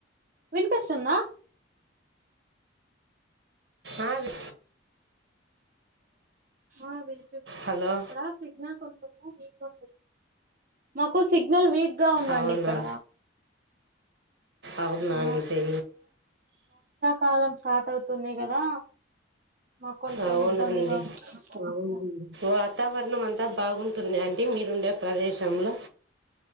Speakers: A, on the right; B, on the right.
A: వినిపిస్తుందా?
B: ఆ వి
A: ఆ వినిపిస్తుంది
B: హలో!
A: ఇక్కడ సిగ్నల్ కొంచము వీక్ మాకు సిగ్నల్ వీక్ గా ఉందండి
B: అవునా!
A: ఇక్కడ.
B: అవున్నా
A: ఆ
B: నీకి
A: కాలం స్టార్ట్ అవుతుంది కదా! మాకు కొంచెం
B: అవునండి.
A: ఇబ్బందిగా ఉంది అవునండి
B: వాతావరణం అంతా బాగున్ టుందా అండి మీరుండే ప్రదేశంలో?